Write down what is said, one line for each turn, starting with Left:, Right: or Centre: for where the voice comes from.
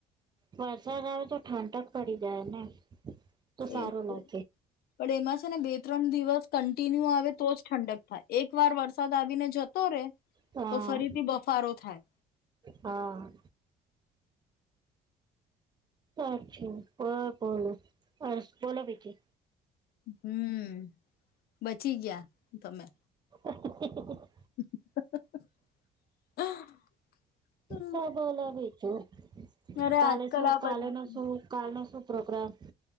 Right: વરસાદ આવે તો ઠંડક પડી જાય ને. તો સારું
Left: એજ
Right: ના
Left: પણ એમાં ને બે ત્રણ દિવસ કન્ટિન્યુ આવે તો જ ઠંડક થાય એક વાર વરસાદ આવીને જતો રે
Right: હા
Left: તો ફરીથી બફારો થાય
Right: હા. અચ્છા બ બોલો અસ બોલો બીજું
Left: હમ બચી ગયા તમે
Right: <unintelligible>
Left: <unintelligible> હમ
Right: તો બોલોબીજું
Left: અરે
Right: કાલે
Left: આજકાલ
Right: શું
Left: આ
Right: કાલે
Left: બધ
Right: નો શું કાલ નો શું પ્રોગ્રામ.